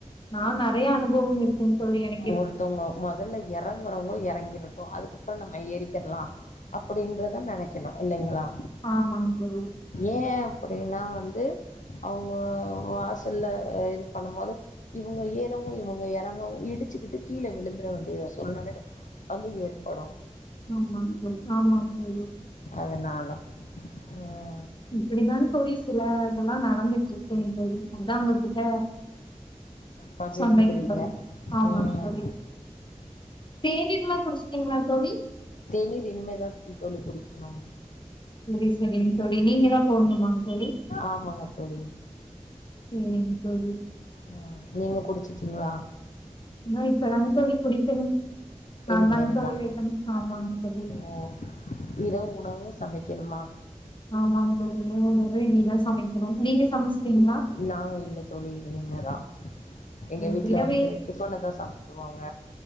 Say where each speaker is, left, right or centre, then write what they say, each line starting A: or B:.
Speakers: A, on the left; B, on the left.
A: நா நெறைய அனுபவம் இருக்கு ம் தோழி எனக்
B: ஒருத்தவங்க முதல்ல இறங்குறவங்க இறங்கிருட்டு அதுக்கப்புற நம்ம ஏரிக்கிறலா அப்டின்றத நினைக்கணு இல்லைங்களா
A: ஆமாங்க தோழி
B: ஏ அப்டின்னா வந்து அவங்க வாசல்ல இது பண்ணும்போது இவங்க ஏறவு இவங்க இறங்கவு இடுச் இடுச்சுக்கிட்டு கீழ விழுந்துர வேண்டிய சூழ்நில வந்து ஏற்படு
A: ஆமாங்க ஆமா சொல்ல <unintelligible>
B: அதனால ம்
A: இப்டிதா தோழி சில இதெல்லாம் நடந்துட்டு இருக்குன்னு சரி அதா உங்க கிட்ட
B: பகிர்ந்துக்கிறீங்க
A: சொன்னீங்க தோழி ஆமாங்க
B: ம்
A: தோழி தேநீர்லாம் குடிச்சிட்டீங்களா தோழி?
B: தேநீர் இனிமேதா தோழி குடிக்கணு
A: எரி செரி தோழி நீங்க தா போட்ணுமாங் எல்டி
B: ஆமாங்க தோழி
A: சேரிங் தோழி
B: ஆ நீங்க குடிச்சிட்டிங்ளா
A: ஏன்னா இப்ப ரங் தோழி குடிக்கணும் ஆ
B: இனிமேல்
A: ரங் தோழி
B: தான்
A: வைக்கணு ஆமான் சொல்லி
B: ஓ இரவு உணவு சமக்கணுமா
A: ஆமாங் தோழி <unintelligible> நீதா சமைக்கணு நீங்க சமசுட்டீங்களா
B: நாங்க இல்ல தோழி இனிமே தா எங்க
A: எனக்கு
B: வீட்ல
A: இரவே
B: வந்து டிஃப்ஃபன தா சாப்ட்ருவாங்க